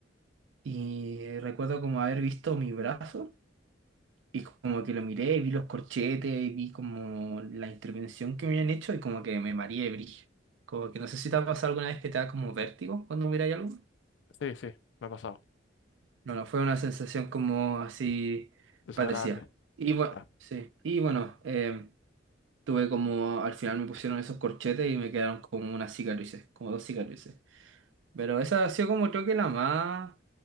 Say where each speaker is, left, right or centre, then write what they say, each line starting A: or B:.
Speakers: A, on the right; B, on the left.
A: y recuerdo como haber visto mi brazo y como que lo miré y vi los corchetes y vi como la intervención que me habían hecho y como que me mareé brillo. Como que no sé si te ha pasado alguna vez que te da como vértigo cuando miras algo.
B: sí, sí, me ha pasado.
A: No, no, fue una sensación como así
B: Desagradable.
A: parecía. Y bueno,
B: Ya.
A: sí. Y bueno, em, Tuve como, al final me pusieron esos corchetes y me quedaron como unas cicatrices, como dos cicatrices. Pero esa ha sido como creo que la más